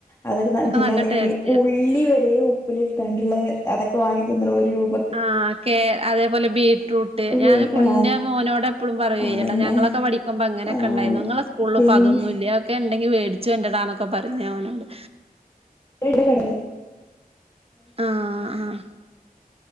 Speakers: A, on the left; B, on the right.
A: അതൊക്കെ പിന്നെ
B: നല്ല
A: അതേമാരി
B: ടേസ്റ്റ് ആയിരുന്നു
A: ഉള്ളി വരെ. ലിട്ടാണ്ടുള്ള അതൊക്കെ വാങ്ങി തിന്ന്ണ് ഒരു രൂപ.
B: ആ കേ അതേപോലെ ബീറ്റ്റൂട്ട് ഞാൻ
A: വീട്ടാ
B: കുഞ്ഞ ഇന്റെ മോനോട് എപ്പഴും പറയു
A: അതന്നെ
B: എയ് എടാ ഞങ്ങളൊക്കെ പഠിക്ക ്പ അങ്ങനൊക്കെ
A: ആ
B: ഉണ്ടായിരുന്നു നിങ്ങളെ സ്കൂളിൽ
A: പിന്നെ
B: ഇപ്പ അതൊന്നുമില്ലേ ഒക്കെ ഉണ്ടെങ്കി മേടിച്ചു കൊണ്ടടാന്നൊക്കെ പറയും. അവനോട്
A: <unintelligible> ക്കൻ
B: ആഹ് ആഹ്